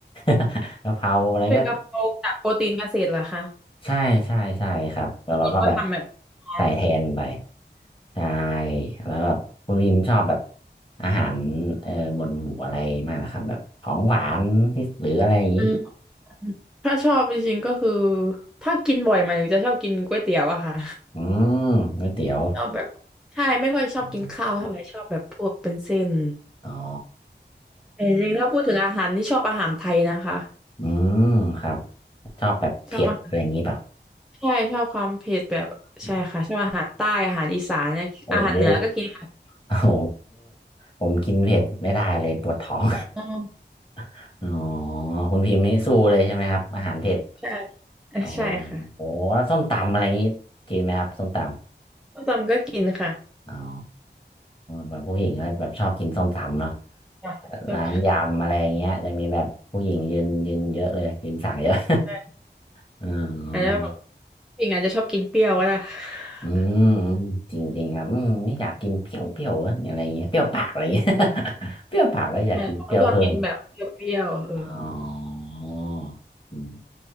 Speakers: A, on the left; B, in the centre.
A: <laughs> กะเพราอะไรก็
B: เป็นกะเพราจากโปรตีนเกษตรเหรอคะ
A: ใช่ใช่ใช่ครับแล้วเราก็แบบ
B: ก็ก็ทำแบบอ่า
A: ใส่แทนไปใช่แล้วแบบคุณพิมชอบแบบอาหารเออบนหมู่อะไรมากนะครับแบบของหวานที่หรืออะไรอย่างนี้
B: อืมถ้าชอบจริงๆก็คือถ้ากินบ่อยมันจะชอบกินก๋วยเตี๋ยวอะค่ะ
A: อืมก๋วยเตี๋ยว
B: เราแบบใช่ไม่ค่อยชอบกินข้าวเท่าไหร่ชอบแบบพวกเป็นเส้น
A: อ๋ออ๋อ
B: แต่จริงๆถ้าพูดถึงอาหารนี่ชอบอาหารไทยนะคะ
A: อืมครับ ชอบแบบเผ็ดอะไรอย่างงี้เปล่ะ
B: ชอบอาหารใช่ชอบความเผ็ดแบบใช่ค่ะชอบอาหารใต้อาหารอีสานเนี่ยอาหารเหนือก็กินค่ะ
A: อืมโอ้โหโอ้โห ผมกินเผ็ดไม่ได้เลยปวดท้อง
B: อืม
A: <laughs> อ๋อคุณพิมพ์นี่สู้เลยใช่ไหมครับ อาหารเผ็ด
B: ใช่เอ่อใช่ค่ะ
A: โอ้โหแล้วส้มตำอะไรอย่างงี้กินไหมครับส้มต
B: ส้มตำก็กินค่ะ
A: อ๋อแบบผู้หญิงก็แบบชอบกินส้มตำเนาะ
B: ใชชอบ
A: ร้านยำอะไรอย่างเงี้ยจะมีแบบผู้หญิงยืนยืนเยอะเลยยืนสั่งเยอะ
B: ค่ะ
A: <laughs> ออ
B: อาจจะบอกปิงอาจจะชอบกินเปรี้ยวก็ได้ <laughs>
A: อืมอืมจริงจริงครับอืมนี่อยากกินเปรี้ยวเปรี้ยวอะอะไรเงี้ยเปรี้ยวปากอะไรเงี้ย <laughs> เปรี้ยวปากแล้วอยากกินเปรี้ยวเพิ่ม
B: ใช่เราก็ชอบกินแบบเปรี้ยวๆเออ
A: อ๋ออืม